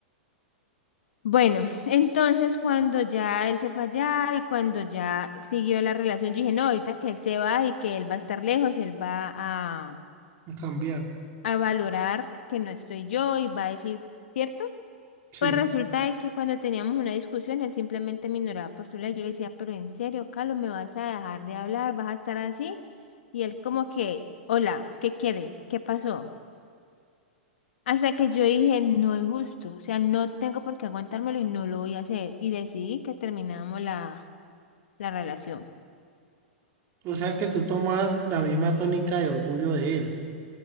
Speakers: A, on the left; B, on the right.
A: Bueno, entonces cuando ya él se fue allá y cuando ya siguió la relación, yo dije, no, ahorita que él se va y que él va a estar lejos, él va a,
B: a cambiar.
A: a valorar que no estoy yo y va a decir, ¿cierto?
B: Sí,
A: Pues resulta de que cuando teníamos una discusión, él simplemente me ignoraba por su lado. Yo le decía, pero en serio, Carlos, ¿me vas a dejar de hablar? ¿Vas a estar así? Y él como que, hola, ¿qué quiere? ¿Qué pasó? Hasta que yo dije, no es justo, o sea, no tengo por qué aguantármelo y no lo voy a hacer. Y decidí que terminamos la, la relación.
B: o sea que tú tomas la misma tónica de orgullo de él,